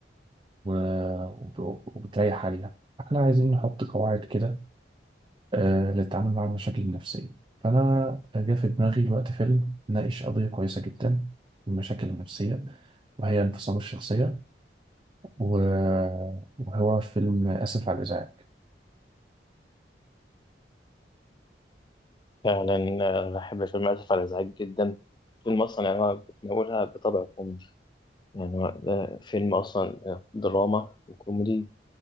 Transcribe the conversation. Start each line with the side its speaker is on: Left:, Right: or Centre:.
Right: و- وب- وبتريح عليها فإحنا عايزين نحط قواعد كده آه، للتعامل مع المشاكل النفسية فأنا جه في دماغي الوقت فيلم ناقش قضية كويسة جدا المشاكل النفسية وهي انفصام الشخصية و- وهو فيلم آسف على الإزعاج
Left: فعلا آه، بحب فيلم آسف على الإزعاج جدا فيلم أصلا يعني هو بتناولها بطبع كوميدي يعني هو ده فيلم أصلا آه، دراما وكوميدي